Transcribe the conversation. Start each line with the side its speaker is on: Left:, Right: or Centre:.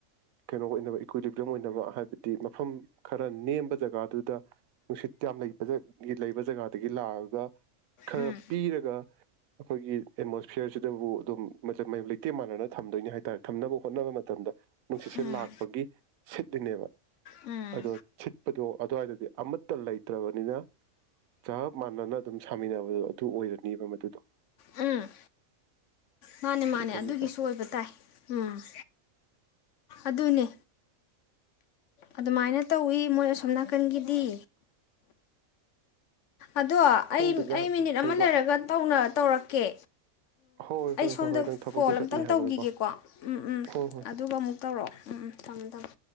Right: ꯀꯩꯅꯣ ꯑꯣꯏꯅꯕ ꯏꯀ꯭ꯋꯂꯤꯕꯝ ꯑꯣꯏꯅꯕ ꯍꯥꯏꯕꯗꯤ ꯃꯐꯝ ꯈꯔ ꯅꯦꯝꯕ ꯖꯒꯥꯗꯨꯗ ꯅꯨꯡꯁꯤꯠ ꯌꯥꯝ ꯂꯩꯕ ꯂꯩꯕ ꯖꯒꯥ ꯑꯗꯒꯤ ꯂꯥꯛꯑꯒ ꯈꯔ
Left: ꯎꯝ
Right: ꯄꯤꯔꯒ ꯑꯩꯈꯣꯏꯒꯤ ꯑꯦꯠꯃꯣꯁꯐꯤꯌꯔꯁꯤꯗꯕꯨ ꯑꯗꯨꯝ ꯂꯩꯇꯦ ꯃꯥꯟꯅꯅ ꯊꯝꯗꯣꯏꯅꯤ ꯍꯥꯏꯇꯥꯔꯦ ꯍꯣꯠꯅꯕ ꯃꯇꯝꯗ ꯅꯨꯡꯁꯤꯠꯁꯦ
Left: ꯎꯝ
Right: ꯂꯥꯛꯄꯒꯤ ꯁꯤꯠꯂꯤꯅꯦꯕ
Left: ꯎꯝ
Right: ꯑꯗꯣ ꯁꯤꯠꯄꯗꯣ ꯑꯗꯨꯋꯥꯏꯗꯗꯤ ꯑꯃꯠꯇ ꯂꯩꯇ꯭ꯔꯕꯅꯤꯅ ꯆꯞ ꯃ ꯑꯗꯨꯝ ꯁꯥꯃꯤꯟꯅꯕꯗꯣ ꯑꯗꯨ ꯑꯣꯏꯔꯅꯦꯕ ꯃꯗꯨꯗꯣ
Left: ꯎꯝ ꯃꯥꯅꯦ ꯃꯥꯅꯦ
Right: ꯑꯗꯨꯅꯤꯗ
Left: ꯑꯗꯨꯒꯤꯁꯨ ꯑꯣꯏꯕ ꯇꯥꯏ ꯎꯝ ꯑꯗꯨꯅꯦ ꯑꯗꯨꯃꯥꯏꯅ ꯇꯧꯋꯤ ꯃꯣꯏ ꯑꯁꯣꯝꯅꯅꯥ ꯀꯪꯒꯤꯗꯤ ꯑꯗꯣ
Right: ꯈꯪꯗꯦꯗ
Left: ꯑꯩ ꯑꯩ ꯃꯤꯅꯤꯠ ꯑꯃ
Right: ꯂꯩꯕ
Left: ꯂꯩꯔꯒ ꯇꯧꯅ ꯇꯧꯔꯛꯀꯦ
Right: ꯍꯣꯏ
Left: ꯑꯩ
Right: ꯍꯣꯏ
Left: ꯁꯣꯝꯗ
Right: ꯍꯣꯏ ꯍꯣꯏ ꯅꯪ ꯊꯕꯛꯁꯨ
Left: ꯀꯣꯜ
Right: ꯆꯠꯅꯤ
Left: ꯑꯝꯇꯪ
Right: ꯍꯥꯏꯕꯗꯀꯣ
Left: ꯇꯧꯈꯤꯒꯦꯀꯣ ꯎꯝ ꯎꯝ
Right: ꯍꯣꯏ ꯍꯣꯏ
Left: ꯑꯗꯨꯒ ꯑꯃꯨꯛ ꯇꯧꯔꯛꯑꯣ ꯎꯝ ꯎꯝ ꯊꯝꯃꯦ ꯊꯝꯃꯦ